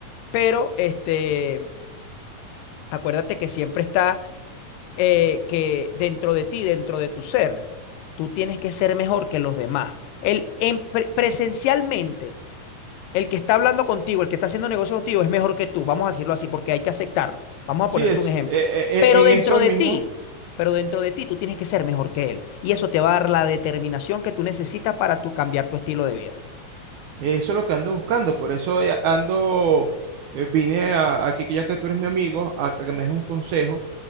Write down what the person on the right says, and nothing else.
sí,
es,
eh, eh,
eh, en
eso es
mismo,
eso es lo que ando buscando, por eso ya ando, eh, vine a- aquí, que ya que tú eres mi amigo, a a que me des un consejo